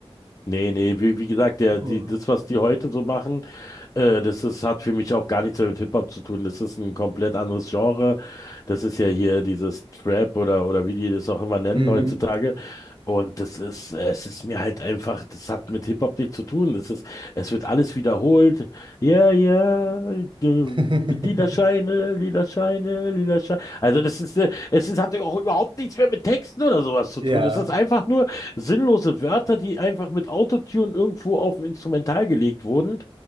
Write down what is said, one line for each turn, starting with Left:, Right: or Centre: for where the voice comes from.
Left: nee, nee, wie, wie gesagt, der,
Right: Oh.
Left: die, das, was die heute so machen, Äh, das ist, hat für mich auch gar nichts mehr mit Hip-Hop zu tun. Das ist ein komplett anderes Genre. Das ist ja hier dieses Trap oder, oder wie die das auch immer nennen
Right: Mhm.
Left: heutzutage. Und das ist, äh, es ist mir halt einfach, das hat mit Hip-Hop nichts zu tun. Das ist, es wird alles wiederholt. Ja, ja, äh,
Right: <laughs>
Left: lila Scheine, lila Scheine, lila Scheine. Also das ist, äh, es ist, hat auch überhaupt nichts mehr mit Texten oder sowas zu
Right: Ja,
Left: tun. Das ist einfach nur sinnlose Wörter, die einfach mit Autotune irgendwo auf ein Instrumental gelegt wurden.